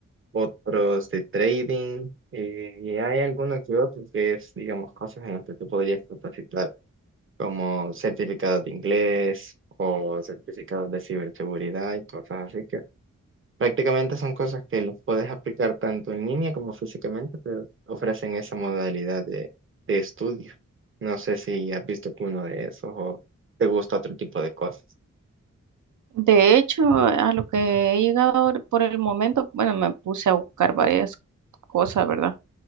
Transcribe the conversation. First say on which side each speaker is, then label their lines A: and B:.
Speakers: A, on the right; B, on the right.
A: otros de trading, eh, y hay alguno que otro que es, digamos, cosas en las que tú podrías capacitar, como certificados de inglés o certificados de ciberseguridad y cosas así Prácticamente son cosas que los puedes aplicar tanto en línea como físicamente, pero ofrecen esa modalidad de, de estudio. No sé si has visto alguno de esos o te gusta otro tipo de cosas.
B: De hecho, a lo que he llegado ahor- por el momento, bueno, me puse a buscar varias cosas, ¿verdad?